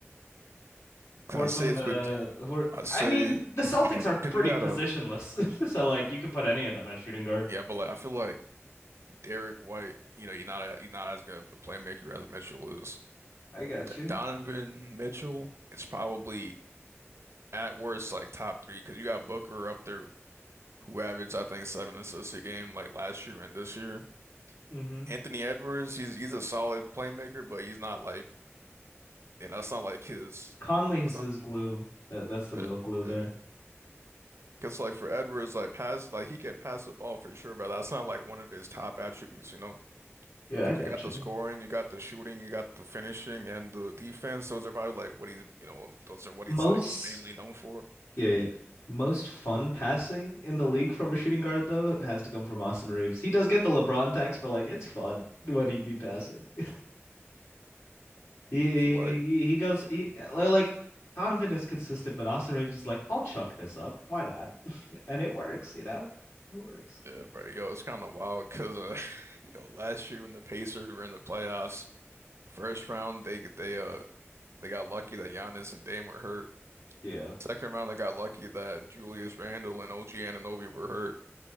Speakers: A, on the left; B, on the right.
A: Or
B: i
A: some
B: say
A: of
B: it's
A: the
B: but
A: who are,
B: i say
A: I mean, the Celtics
B: <clears throat> because
A: are pretty
B: you gotta
A: positionless, <laughs> so like you could put any of them at shooting guard.
B: yeah, but like I feel like. Derek White, you know, you're not a, you're not as good of a playmaker as Mitchell is.
A: I got
B: D
A: you.
B: Donovan Mitchell is probably at worst like top three because you got Booker up there who averaged I think seven assists a game like last year and this year.
A: Mm-hmm.
B: Anthony Edwards, he's he's a solid playmaker, but he's not like you know, that's not like his.
A: Conley's
B: That's not
A: is glue. That that's the
B: yeah
A: real glue there.
B: yeah. Because like for Edwards, like pass like he can pass the ball for sure, but that's not like one of his top attributes, you know.
A: Yeah,
B: Because
A: I got
B: you got the
A: you.
B: scoring, you got the shooting, you got the finishing, and the defense. Those are probably like what he's, you know, those are what
A: Most
B: he's like mainly known for.
A: Yeah, yeah. most fun passing in the league from a shooting guard though has to come from Austin Reeves. He does get the LeBron tax, but like it's fun when he be passing. <laughs> he, he
B: I feel like,
A: he goes he like Donovan is consistent, but Austin Reeves is like, I'll chuck this up. Why not? And it works, you know? It works.
B: yeah, bro, yo, it's kind of wild because, uh, <laughs> yo, last year when the Pacers were in the playoffs, first round they they uh they got lucky that Giannis and Dame were hurt.
A: Yeah.
B: Second round they got lucky that Julius Randle and OG Anunoby were hurt.